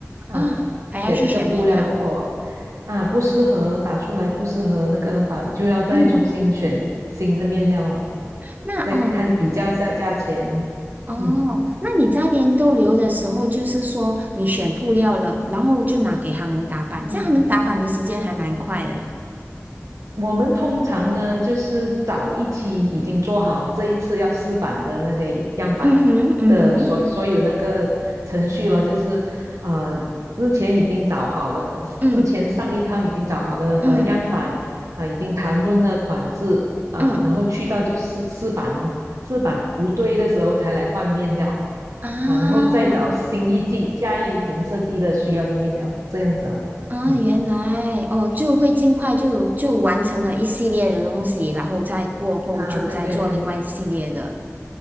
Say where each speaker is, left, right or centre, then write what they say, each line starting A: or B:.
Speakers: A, on the right (about 75°); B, on the right (about 35°).
A: 啊，
B: 哦，还要去选面料，
A: 选那个布料，如果啊不适合打出来不适合那个版，就要再重新选一新的面料了，
B: 嗯，那哦你
A: 再看比较一下价钱，
B: 哦，
A: 嗯。
B: 那你在那边逗留的时候，就是说你选布料了，然后就拿给他们打板，
A: 嗯，
B: 这样他们打板的时间还蛮快的欸
A: 我们通常呢，就是找一期已经做好这一次要试版的那些样板的所所有那个程序了，
B: 嗯哼，嗯哼，
A: 就是呃之前已经找好了，
B: 嗯
A: 之前上一趟已经找好了呃样板，
B: 嗯
A: 啊、已经谈论了款式啊、
B: 嗯
A: 然后去到就试试版咯，试版不对的时候才来换面料
B: 啊。
A: 啊、然后再找新一季下一轮设计的需要的面料，这样子了。
B: 啊，
A: 嗯
B: 原来哦，就会尽快就就完成了一系列的东西，然后再过后就再做另外一系列的
A: 啊，对对对，